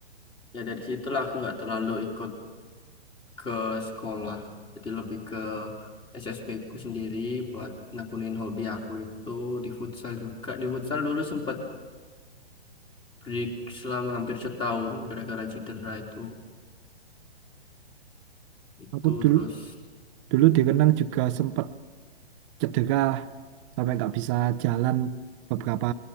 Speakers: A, on the left; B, on the right.
A: ya dari situlah aku nggak terlalu ikut ke sekolah jadi lebih ke SSB ku sendiri buat nekunin hobi aku itu di futsal juga di futsal dulu sempat break selama hampir setahun gara-gara cedera itu itu
B: Aku dulu
A: terus
B: dulu di Renang juga sempat cedera sampai nggak bisa jalan beberapa